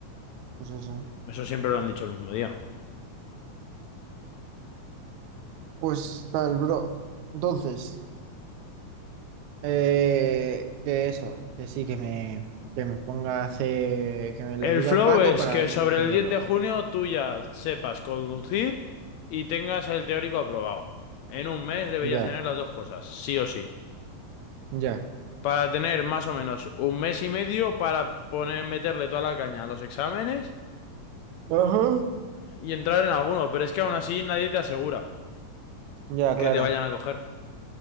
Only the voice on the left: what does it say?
Eso siempre lo han dicho el mismo día.
El
flow
es
que sobre
el 10 de junio tú ya sepas conducir y tengas el teórico aprobado. En un mes deberías
tener las dos cosas, sí o sí.
Para tener más o menos un mes y medio para poner, meterle toda la caña a los exámenes
y entrar en alguno, pero es que aún así nadie te asegura
que te vayan a coger